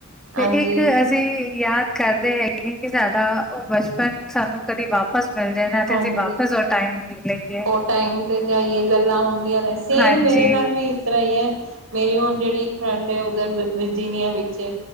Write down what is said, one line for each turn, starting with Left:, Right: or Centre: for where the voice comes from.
Centre: ਤੇ
Right: ਹਾਂਜੀ
Centre: ਇੱਕ ਅਸੀਂ ਅਸੀਂ ਯਾਦ ਕਰਦੇ ਹੈਗੇ, ਕਿ ਸਾਡਾ ਉਹ ਬਚਪਨ ਸਾਨੂੰ ਕਦੇ ਵਾਪ ਵਾਪਸ ਮਿਲ ਜਾਏ ਨਾ, ਤੇ
Right: ਹਾਂਜੀ
Centre: ਅਸੀਂ ਵਾਪਸ ਟਾਈਮ ਜੀ ਲਈਏ।
Right: ਉਹ ਟਾਈਮ ਤੇ ਜਾਈਏ ਗੱਲਾਂ ਹੁੰਦੀਆਂ ਨੇ, ਸੇਮ
Centre: ਹਾਂਜੀ,
Right: ਮੇਰੇ ਨਾਲ ਵੀ ਇਸ ਤਰ੍ਹਾਂ ਹੈ, ਮੇਰੀ ਹੁਣ ਜੇੜੀ ਇੱਕ ਫਰੈਂਡ ਹੈ, ਉੱਧਰ ਵਰਜੀਨੀਆ ਵਿਚ ਹੈ,